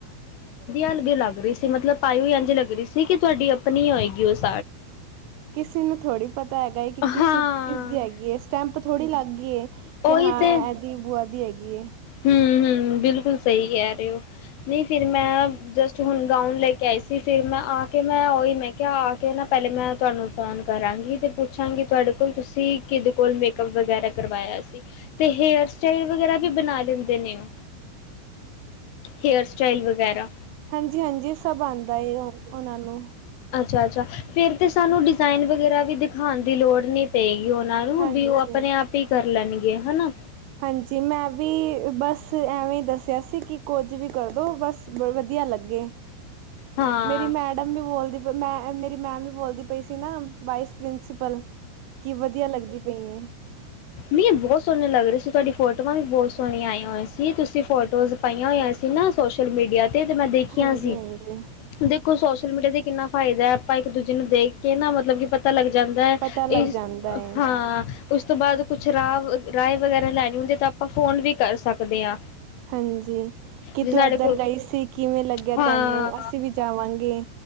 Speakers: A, on the left; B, on the right.
A: ਹਲਦੀ ਲੱਗ ਰਹੀ ਸੀ, ਮਤਲਬ ਪਾਈ ਹੋਈ ਇੰਝ ਲੱਗ ਰਹੀ ਸੀ, ਕਿ ਤੁਹਾਡੀ ਆਪਣੀ ਹੋਏਗੀ ਉਸ
B: ਕਿਸੇ ਨੂੰ ਥੋੜ੍ਹੀ ਪਤਾ ਹੈਗਾ, ਕਿ ਕਿਸੇ
A: ਹਾਂ
B: ਕਿਸ ਦੀ ਹੈਗੀ ਏ, ਸਟੈਂਪ ਥੋੜੀ ਲੱਗ ਗਈਏ,
A: ਉਹੀ
B: ਕਿ ਹਾਂ
A: ਤੇ
B: ਇਹਦੀ ਭੂਆ ਦੀ ਹੈਗੀ ਗਿਏ।
A: ਹੂੰ, ਹੂੰ ਬਿਲਕੁਲ। ਸਹੀ ਕਹਿ ਰਹੇ ਹੋ, ਨਹੀਂ ਫਿਰ ਮੈਂ ਜਸਟ ਹੁਣ ਗਾਊਨ ਲੈ ਕੇ ਆਈ ਸੀ। ਫਿਰ ਮੈਂ ਆ ਕੇ ਮੈਂ ਉਹੀ ਮੈਂ ਆ ਕੇ ਪਹਿਲੇ ਮੈਂ, ਤੁਹਾਨੂੰ ਫੋਨ ਕਰਾਂਗੀ ਤੇ ਪੁੱਛਾਂਗੀ, ਤੁਹਾਡੇ ਕੋਲ ਤੁਸੀਂ ਕਿਹਦੇ ਕੋਲ ਮੇਕਅੱਪ ਵਗੈਰਾ ਕਰਵਾਇਆ ਸੀ, ਤੇ ਹੇਅਰ ਸਟਾਈਲ ਵਗੈਰਾ ਵੀ ਬਣਾ ਦੇਨੇ ਆ, ਹੇਅਰ ਸਟਾਈ ਦਹੀਂ ਵਗੈਰਾ
B: ਹਾਂਜੀ, ਹਾਂਜੀ ਸਭ ਆਂਦਾ ਏ, ਉਹਨਾਂ ਨੂੰ।
A: ਅੱਛਾ, ਅੱਛਾ ਫਿਰ ਤੇ ਸਾਨੂੰ ਡਿਜ਼ਾਇਨ ਵਗੈਰਾ ਵੀ ਦਿਖਾਂਣ ਦੀ ਲੋੜ ਨੀ ਪਏਗੀ। ਜੀ ਉਹਨਾਂ ਨੂੰ,
B: ਹਾਂਜੀ।
A: ਵੀ ਉਹ ਆਪਣੇ ਆਪ ਹੀ ਕਰ ਲੈਣੀ ਗਏ ਹੈਨਾ।
B: ਹਾਂਜੀ, ਮੈਂ ਵੀ ਬਸ ਐਵੇਂ ਹੀ ਦੱਸਿਆ ਸੀ, ਕਿ ਕੁੱਝ ਵੀ ਕਰਦੋ ਬਸ ਵਧੀਆ ਲੱਗੇ।
A: ਹਾਂ
B: ਮੇਰੀ ਮੈਡਮ ਵੀ ਬੋਲਦੀ ਵ ਮੈਂ ਮੇਰੀ ਮੈਮ, ਵੀ ਬੋਲਦੀ ਪਈ ਸੀ ਨਾ, ਵਾਈਸ ਪ੍ਰਿੰਸੀਪਲ ਕੀ ਵਧੀਆ, ਲੱਗਦੀ ਪਈ ਏ।
A: ਮ ਬਹੁਤ ਸੋਹਣੇ ਲੱਗ ਰਹੇ ਸੀ, ਤੁਹਾਡੀ ਫੋਟੋਆਂ ਵੀ ਬਹੁਤ ਸੋਹਣੀਆਂ ਆਈਆਂ ਹੋਈਆਂ ਸੀ, ਤੁਸੀਂ ਫੋਟੋਜ਼ ਪਾਈਆਂ ਹੋਈਆਂ ਸੀ ਨਾ, ਸੋਸ਼ਲ ਮੀਡੀਆ ਤੇ, ਤੇ ਮੈਂ ਦੇਖੀਆਂ
B: ਹਾਂਜੀ-ਹਾਂਜੀ।
A: ਸੀ, ਦੇਖੋ ਸੋਸ਼ਲ ਮੀਡੀਆ ਤੇ ਕਿੰਨਾ ਫਾਇਦਾ ਆਪਾਂ, ਇੱਕ ਦੂਜੇ ਨੂੰ ਦੇਖ ਕੇ ਨਾ, ਮਤਲਬ ਕਿ ਪਤਾ ਲੱਗਦਾ ਜਾਂਦਾ ਹੈ,
B: ਪਤਾ ਲੱਗ
A: ਇਸ
B: ਜਾਂਦਾ ਏ
A: ਹਾਂ, ਉਸ ਤੋਂ ਬਾਅਦ ਸ਼ਰਾਬ ਰਾਏ ਵਗੈਰਾ ਲੈਣੀ ਹੁੰਦੀ ਤਾਂ ਆਪਾਂ ਫੋਨ ਵੀ ਕਰ ਸਕਦੇ ਹਾਂ।
B: ਹਾਂਜੀ। ਕਿ
A: ਜੇ
B: ਤੂੰ
A: ਸਾਡੇ
B: ਏਧਰ
A: ਕੋਲ
B: ਗਈ ਸੀ ਕਿਵੇਂ ਲੱਗਿਆ
A: ਹਾਂ
B: ਤੈਨੂੰ ਅਸੀਂ ਵੀ ਜਾਵਾਂਗੇ।